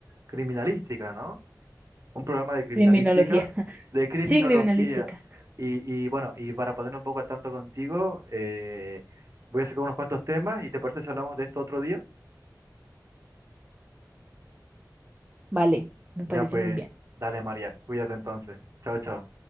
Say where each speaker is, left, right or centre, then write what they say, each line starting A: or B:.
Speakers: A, on the right; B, on the right.
A: Criminalística, ¿no? un programa de criminalística,
B: Criminología. <laughs>
A: de criminología.
B: Sí, criminalística.
A: Y, y bueno, y para ponerme un poco al tanto contigo, eh, voy a sacar unos cuantos temas y ¿te parece si hablamos de esto otro día?
B: Vale, me
A: Ya
B: parece
A: pues,
B: muy bien.
A: dale María, cuídate entonces. Chao, chao.